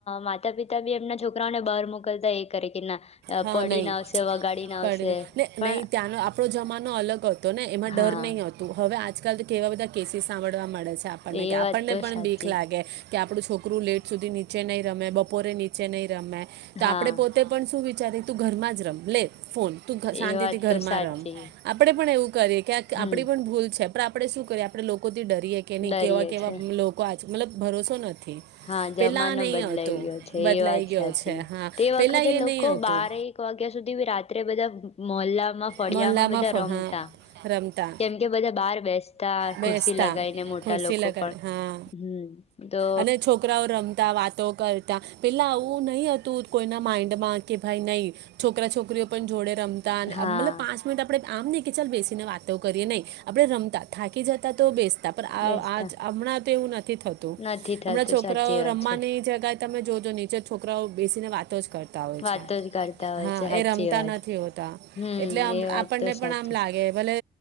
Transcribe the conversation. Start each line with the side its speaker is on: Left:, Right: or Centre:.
Left: માતા પિતા બી એમના છોકરાઓને. બહાર મોકલતા એ કરે કે ના.
Right: હા
Left: પડીને
Right: નહી
Left: આવશે વગાડીને આવશે
Right: પડી
Left: પણ
Right: નહી ત્યાંનો આપણો જમાનો અલગ હતો. ને એમાં
Left: હા
Right: ડર નહીં આવતું હવે આજ. આજકાલ તો કેવાધા કેસીસ સાંભળવા મળે છે. આપણને
Left: એ
Right: કે આપણને
Left: વાત તો
Right: પણ
Left: સાચી
Right: ભીખ લાગે. કે આપડું છોકરું લેટ સુધી નીચે નહી રમે બપોરે નીચે નહી રમે. તો
Left: હા
Right: આપડે પોતે પણ શું. જ્યારે તું ઘરમાં જ રમ. લે ફોન તું
Left: એ
Right: શાંતિથી
Left: વાત
Right: ઘર
Left: તો સાચી
Right: માં રમ આપડે પણ એવું કરીએ કે આપડી
Left: હમ
Right: પણ ભૂલ છે. આપણે શું કરીએ આપણે લોકો. ડરીએ કે નહી
Left: ડરીએ
Right: કેવા કેવા
Left: છે
Right: લોકો મતલબ ભરોસો નથી.
Left: હા
Right: પહેલાં
Left: જમાનો
Right: નહીં
Left: બદલાઈ
Right: હતો
Left: ગયો છે
Right: બદલાઈ
Left: એ વાત
Right: ગયો
Left: સાચી
Right: છે હા
Left: તે વખતે
Right: પહેલાં એ
Left: લોકો
Right: નહીં હતું
Left: બારે એક વાગ્યા સુધી બી રાત્રે બધા મોલા ફળિયામાં
Right: મહોલ્લામાં
Left: બધા
Right: ફ
Left: રમતા
Right: હા રમતા
Left: કેમ કે બધા બહાર બેસતા
Right: બેસતા
Left: ખુરશી લગાવીને મોટા
Right: ખુરશી
Left: લોકો
Right: લગાડ
Left: પણ
Right: હા
Left: હમ તો
Right: અને છોકરાઓ રમતા વાતો કરતા પેલા આવું નહીં હતું કોઈના માઇન્ડમાં કે ભાઈ નહીં છોકરા છોકરીઓ પણ જોડે રમતા અને
Left: હા
Right: મતલબ આપણે આમ નહી કે ચાલ બેસીને વાતો કરીએ નહી આપડે રમતા થાકી જતા તો બેસીતા હમણાં
Left: બેસતા
Right: તો એવું નથી થતું
Left: નથી થતું
Right: હમણાં છોકરાઓ
Left: સાચી વાત
Right: રમવાની
Left: છે
Right: જગ તમે જોજો નીચે છોકરાઓ બેસીને વાતો જ કરતા હોય
Left: વાતો
Right: છે.
Left: જ કરતા હોય
Right: હા
Left: છે સાચી
Right: એ રમતા
Left: વાત
Right: નથી હોતા
Left: હમ
Right: એટલે આપણને
Left: એ વાત તો
Right: પણ
Left: સાચી
Right: આમ લાગે ભલે